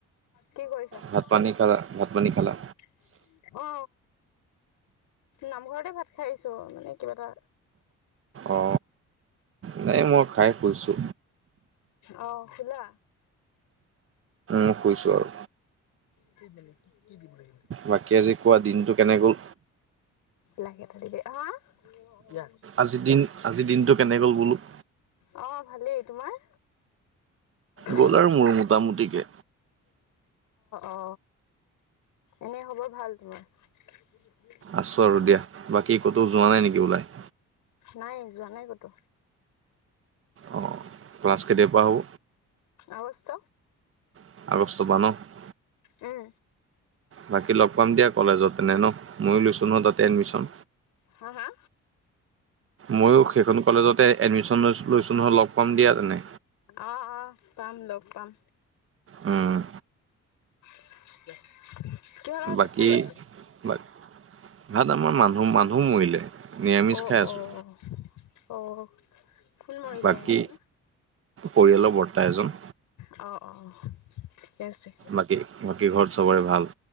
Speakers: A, on the left (about 85°); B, on the right (about 45°).
A: কি কৰিছা?
B: ভাত
A: <unintelligible>
B: পানী খালা ভাত পানী খালা
A: অ নামঘৰতে ভাত খাইছো মানে কিবা এটা
B: অ ন মই খাই শুইছো
A: অ খোলা
B: মই কইছোঁ আৰু
A: কি মানে কি কি দিব লাগিব
B: বাকী আজি কোৱা দিনটো কেনে গ'ল
A: লাগে হা <unintelligible>
B: আজিৰ দিন আজিৰ দিনটো কেনেকে বোলো
A: অ ভালেই তোমাৰ অ
B: গ'ল আৰু মোৰ মোটামুটিকে
A: অ এনে খবৰ ভাল তোমাৰ <unintelligible>
B: আছোঁ আৰু দিয়া বাকী ক'তো যোৱা নাই নেকি ওলাই
A: নাই যোৱা নাই কতো
B: অ', ক্লাছ কেতিয়াৰ পৰা হ'ব?
A: আগষ্ট
B: <unintelligible>
A: উম
B: বাকী লগ পাম দিয়া কলেজত তেনে ন ময়ো লৈছোঁ নহয় তাতে এডমিশ্যন
A: হা হা
B: ময়ো সেইখন কলেজতে এডমিশ্যন লৈছো লৈছোঁ নহয় লগ পাম দিয়া তেনে
A: অ' অ' পাম লগ পাম
B: উম,
A: <inaudible> কিহৰ লগত
B: বাকী
A: ভাত খালা
B: বা ভাত আমাৰ মানুহ মানুহ মৰিলে নিৰামিষ
A: অ'
B: খাই আছোঁ
A: অ' অ' কোন মৰিলে
B: বাকী
A: এনেই বা
B: পৰিয়ালৰ বৰ্তা এজন
A: অ' অ' আছে।
B: বাকী বাকী ঘৰত চবৰে ভাল